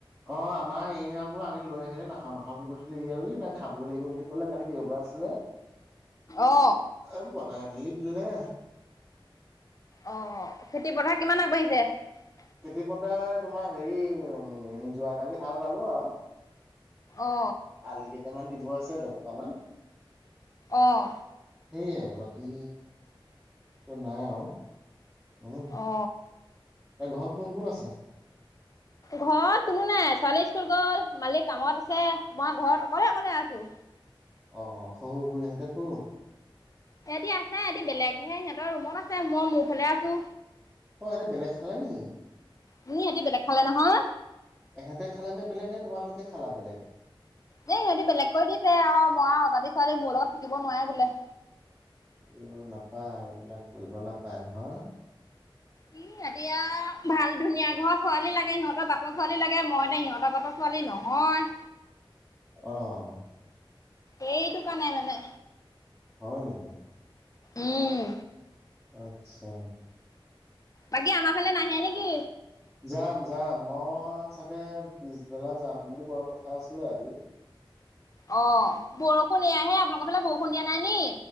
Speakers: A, in the centre; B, on the left.
A: অ', আমাৰ এই আকৌ আনি লৈ আহিলে নাখাওঁ, নাখাওঁ বুলি কৈছিলোঁ, এই আৰু ই, নাই খাবই লাগিব বুলি কালি দেওবাৰ আছিলে
B: অ
A: এ, বনাই মেলি দিলে
B: অ', খেতি পথাৰ কিমান আগবাঢ়ি <unintelligible>
A: খেতি পথাৰ তোমাৰ হেৰি উম, যোৱাকালি হাল বালো আৰু।
B: অ
A: আলি কেইটামান দিব আছে, দচটা মান।
B: অ'।
A: হেইয়ে বাকী নাই আৰু। <unintelligible>
B: অ
A: এই, ঘৰ কোন, কোন আছে?
B: ঘৰত কোনো নাই, ছোৱালী ইস্কুল গ'ল। মালিক কামত আছে, মই ঘৰত অকলে, অকলে আছোঁ।
A: অ', শহুৰ বুঢ়ীহঁতে ক'ত?
B: এইহেতি আছে, হেতি বেলেগহে সিহঁতৰ ৰুমত আছে, মই মোৰ ফালে আছোঁ।
A: অ', এহেতি বেলেগ খালে নি?
B: নি, সিহঁতি বেলেগ খালে নহয়।
A: এহেঁতে খালেনে বেলেগনে? তোমালোকে খালা বেলেগ?
B: দেই সিহঁতি বেলেগক কৰি দিছে আৰু মই অজাতি ছোৱালী মোৰ লগত থাকিব নোৱাৰে বোলে।
A: উ, নাপায় এইবিলাক কৰিব নাপায়, নহয়।
B: ই, ইহঁতে আৰু ভাল ধুনীয়া ঘৰ ছোৱালী লাগে, সিহঁতৰ জাতৰ ছোৱালী লাগে মই এতিয়া সিহঁতৰ জাতৰ ছোৱালী নহয়।
A: অ'।
B: এইটো কাৰণেই মানে।
A: হয়, নেকি?
B: উম।
A: আতচ্ছা।
B: বাকী আমাৰ ফালে নাহে নেকি?
A: যাম, যাম মই চাগে পিছবেলা যাম বুলি কোৱা কথা আছিলে আজি।
B: অ', বৰষুণ এইয়াহে আপোনালোকৰ ফালে বৰষুণ দিয়া নাই নি?